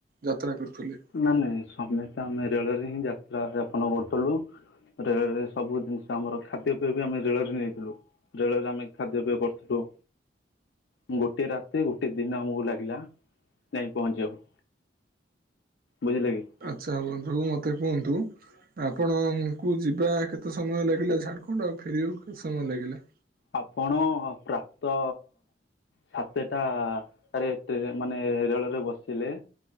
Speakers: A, on the right; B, on the left.
A: ଯାତ୍ରା କରୁଥିଲେ?
B: ନା ନାଇଁ, ସମତେ ଆମେ ରେଳରେ ହିଁ ଯାତ୍ରା ଯାପନ କରୁଥୁଲୁ ରେଳରେ ସବୁ ଜିନିଷ ଆମର, ଖାଦ୍ୟପେୟ ବି ଆମେ ରେଳରେ ନେଇଥିଲୁ। ରେଳରେ ଆମେ ଖାଦ୍ୟପେୟ କରୁଥୁଲୁ ଗୋଟିଏ ରାତି, ଗୋଟିଏ ଦିନ ଆମକୁ ଲାଗିଲା, ଯାଇଁ ପହଞ୍ଚିବାକୁ। ବୁଝିଲେ କି?
A: ଆଚ୍ଛା ବନ୍ଧୁ, ମତେ କୁହନ୍ତୁ ଆପଣଙ୍କୁ ଯିବା କେତେ ସମୟ ଲାଗିଲା ଝାଡ଼ଖଣ୍ଡ ଆଉ ଫେରିବାକୁ କେତେ ସମୟ ଲାଗିଲା?
B: ଆପଣ ପ୍ରାପ୍ତ ସାତେଟାରେ ଟ୍ରେ ମାନେ ରେଳରେ ବସିଲେ,